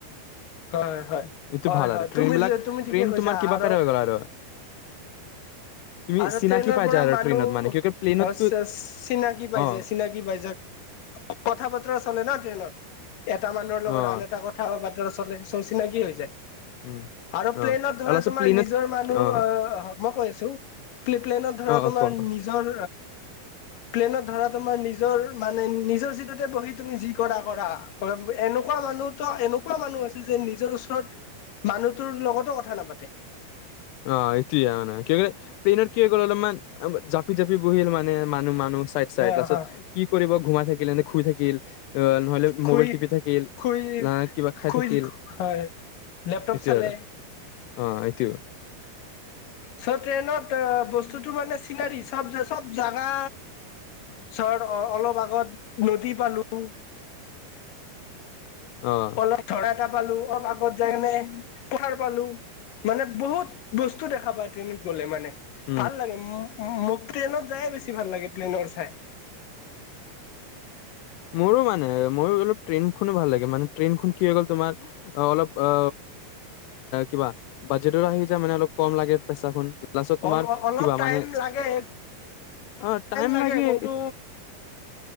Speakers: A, on the left; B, on the left.
A: হয় হয়
B: এইটো
A: হয়
B: ভাল
A: হয়
B: আৰু ট্ৰেইন
A: তুমি
B: বিলাক
A: যে তুমি
B: ট্ৰেইন
A: ঠিকে কৈছা
B: তোমাৰ কিবা
A: আৰু
B: কাৰে হৈ গল আৰু। তুমি
A: আৰু
B: চিনাকি
A: ট্ৰেইনৰ
B: পাই
A: পৰা
B: যায় আৰু
A: মানুহ
B: ট্ৰেইনত মানে কিয় প্লেইনততো
A: চিনাকি পাই
B: অ
A: যায় চিনাকি পাই যায় কথা বতৰা চলে ন। ট্ৰেইনত এটা মানুহৰ
B: অ
A: লগত আন এটা কথা বা বাতৰা চলে চ, 'চিনাকি হৈ যায়।
B: উম
A: আৰু
B: অ
A: প্লেনত ধৰা
B: আৰু লাষ্টত
A: তোমাৰ
B: প্লেইনত
A: নিজৰ মানুহ
B: অ
A: আহ মই কৈ আছো প্লেনত ধৰা
B: অ
A: তোমাৰ
B: অ কোৱা
A: নিজৰ প্লেনত ধৰা তোমাৰ নিজৰ মানে, নিজৰ চিটতে বহি তুমি যি কৰা কৰা। <unintelligible> এনেকুৱা মানুহতো এনেকুৱা মানুহ আছে যে নিজৰ ওচৰত মানুহটোৰ লগতো কথা নাপাতে
B: অ এইটোয়ে মানে কি প্লেনত কি গ'ল অলপ মান জাপি জাপি বহিল মানে মানুহ মানুহ। চাইড চাইড
A: হা
B: লাষ্ট
A: হা
B: ত কি কৰিব ঘুমাই থাকিল এনেই শুই থাকিল আহ নহলে
A: খুই
B: মোবাইল টিপি থাকিল।
A: খুই
B: না কিবা খাই
A: খুই
B: থাকিল
A: হয় লেপটপ
B: এইটোয়ে
A: চালে
B: আৰু অ এইটোয়ে
A: চ ট্ৰেইনত বস্তুতটো মানে চিনাৰী চব চব জাগা চৰ অ অলপ আগত নদী পালো।
B: অ
A: অলপ ধৰা এটা পালো অলপ আগত যাই কেনে পাহাৰ পালো মানে বহুত বস্তু দেখা পায় ট্ৰেইনত গ'লে মানে
B: উম
A: ভাল লাগে। মোক প্লেনত যায়ে বেছি ভাল লাগে প্লেনৰ চাই
B: মোৰো মানে মোৰো অলপ ট্ৰেইন খনে ভাল লাগে মানে ট্ৰেইন খন কি হৈ গ'ল তোমাৰ অ অলপ অ কিবা বাজেটৰ আহি মানে অলপ কম লাগে পইচা খন লাষ্টত তোমাৰ
A: অল অলপ
B: কিবা
A: টাইম
B: মানে
A: লাগে
B: অ টাইম
A: লাগে কোনটো
B: উ <inaudible>